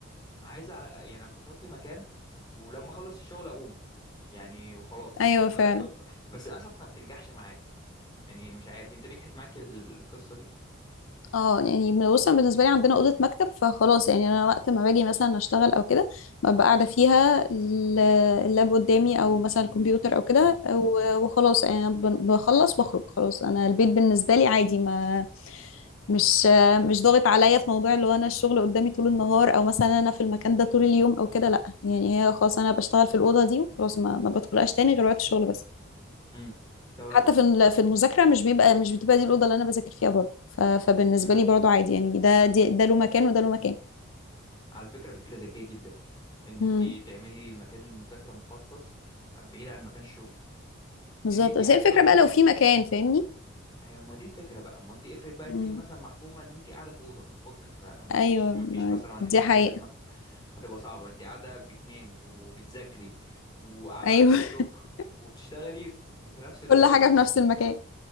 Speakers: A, on the left; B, on the left.
A: عايز أ- يعني اخصص لي مكان ولما اخلص الشغل اقوم يعني وخلاص
B: ايوه
A: بس بس
B: فعلا
A: ب- بس للاسف ما بتنجحش معايا يعني مش عارف انت نجحت معاك القصه دي
B: اه يعني من- بص انا بالنسبه لي عندنا اوضه مكتب فخلاص يعني انا وقت ما باجي مثلا اشتغل او كده ببقى قاعده فيها ال- اللاب قدامي او مثلا الكمبيوتر او كده
A: امم
B: و- وخلاص يعني انا ب- بخلص واخرج خلاص انا البيت بالنسبه لي عادي ما مش مش ضاغط عليا في موضوع اللي هو انا الشغل قدامي طول النهار او مثلا انا في المكان ده طول اليوم او كده لا يعني هي خلاص انا بشتغل في الاوضه دي وخلاص ما, ما بدخلهاش تاني غير وقت الشغل بس
A: امم طب
B: حتى في ال- في المذاكره مش بيبقى مش بتبقى دي الاوضه اللي انا بذاكر فيها برضه ف- فبالنسبه
A: امم
B: لي برضه عادي يعني ده دي- ده له مكان وده له مكان
A: على فكره فكره ذكيه جدا ان انت
B: امم
A: تعملي مكان للمذاكره مخصص بعيد عن مكان الشغل
B: بالظبط
A: ان انت
B: بس
A: اصلا
B: هي الفكره بقى
A: اول
B: لو في مكان فاهمني
A: هي ما دي الفكره بقى ما انت افرض بقى انت
B: امم
A: مثلا محكومه ان انت قاعده في اوضه اوضتك بقى ما فيش
B: ايوه
A: ما
B: ما-
A: فيش مثلا عندكيش
B: دي حقيقه
A: اوضه مكتب هتبقى صعبه انت قاعده بتنامي وبتذاكري وقاعده
B: ايوه
A: على التيك توك
B: <laughs>
A: وبتشتغلي في, في نفس المكان
B: كل حاجه
A: ف...
B: في نفس المكان